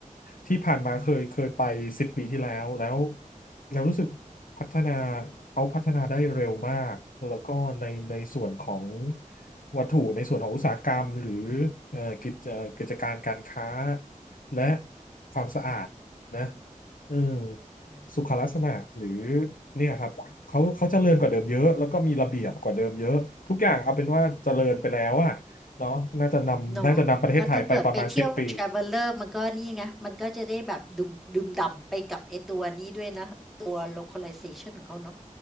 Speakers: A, on the left; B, in the centre.
A: ที่ผ่านมาเคยเคยไปสิบปีที่แล้วแล้วแล้วรู้สึกพัฒนาเขาพัฒนาได้เร็วมากแล้วก็ในในส่วนของวัตถุในส่วนของอุตสาหกรรมหรือเอ่อกิจเอ่อกิจการการค้าและความสะอาด
B: ออืม
A: นะอืม
B: เนาะ
A: สุขลักษณะหรือเนี่ยครับเขาเขาเจริญกว่าเดิมเยอะแล้วก็มีระเบียบกว่าเดิมเยอะทุกอย่างเอาเป็นว่าเจริญไปแล้วอะเนาะน่าจะนำน่าจะนำประเทศไทยไปประมาณสิบปี
B: เนาะก็ถ้าเกิดไปเที่ยว traveler มันก็นี่ไงมันก็จะได้แบบดื่มดื่มด่ำไปกับไอ้ตัวนี้ด้วยนะตัว localization ของเขาเนาะ